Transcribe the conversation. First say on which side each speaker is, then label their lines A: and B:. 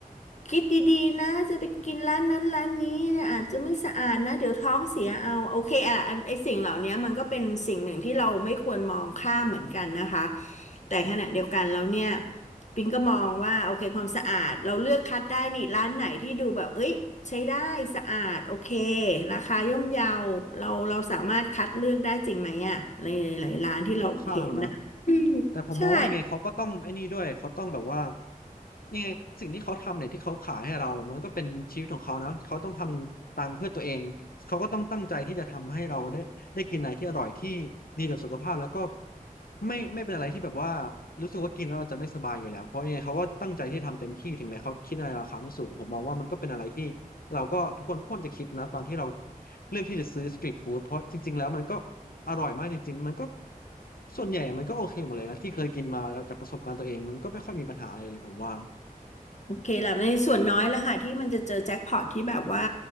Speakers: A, on the left; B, on the left.
A: คิดดีๆนะจะไปกินร้านนั้นร้านนี้เนี่ยอาจจะไม่สะอาดนะ เดี๋ยวท้องเสียเอา โอเคอ่ะอันไอ้สิ่งเหล่านี้มันก็เป็นสิ่งหนึ่งที่เราไม่ควรมองข้ามเหมือนกันนะคะ แต่ขณะเดียวกันแล้วเนี่ย ปิงก็มองว่าโอเคความสะอาดเราเลือกคัดได้นี่ร้านไหนที่ดูแบบเอ้ยใช้ได้สะอาดโอเคราคาย่อมเยาเราเราสามารถคัดเลือกได้จริงไหมอ่ะในหลายๆร้านที่เราเห็นนะอืมใช่
B: ใช่ค่อนข้างนะแต่ผมมองว่ายังไงเขาก็ต้องไอ้นี่ด้วยเขาต้องแบบว่ายังไงสิ่งที่เขาทำเนี่ยที่เขาขายให้เรามันก็เป็นชีวิตของเขานะเขาต้องทำตังค์เพื่อตัวเองเขาก็ต้องตั้งใจที่จะทำให้เราได้ได้กินอะไรที่อร่อยที่ดีกับสุขภาพแล้วก็ไม่ไม่เป็นอะไรที่แบบว่ารู้สึกว่ากินแล้วเราจะไม่สบายอยู่แล้วเพราะยังไงเขาก็ตั้งใจที่ทำเต็มที่ถึงแม้เขาคิดอะไรราคาไม่สูงผมมองว่ามันก็เป็นอะไรที่เราก็ทุกคนควรจะคิดนะตอนที่เราเลือกที่จะซื้อสตรีทฟู้ดเพราะจริงๆแล้วมันก็ อร่อยมากจริงๆ มันก็ส่วนใหญ่มันก็โอเคหมดเลยนะที่เคยกินมาแล้วจากประสบการณ์ตัวเองมันก็ไม่ค่อยมีปัญหาอะไรเลยผมว่า
A: โอเคแหละในส่วนน้อยแหล้วค่ะที่มันจะเจอแจ็คพอตที่แบบว่า